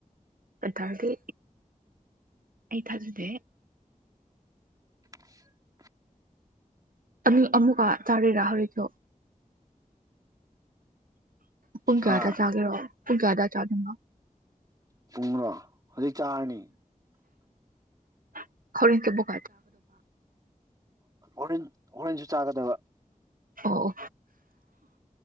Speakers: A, on the right; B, on the right.
A: ꯊꯥꯔꯗꯤ ꯑꯩ ꯊꯥꯖꯗꯦ
B: <unintelligible>
A: ꯑꯅꯤ ꯑꯃꯨꯛꯀ ꯆꯥꯔꯦꯔꯥ ꯍꯧꯖꯤꯛꯀꯣ <unintelligible>
B: ꯍꯥ ꯄꯨꯡꯔꯣ ꯍꯧꯖꯤꯛ ꯆꯔꯅꯤ
A: <unintelligible>
B: ꯑꯣꯔꯦꯟꯖ ꯑꯣꯔꯦꯟꯖ ꯆꯥꯒꯗꯕ
A: ꯑꯣ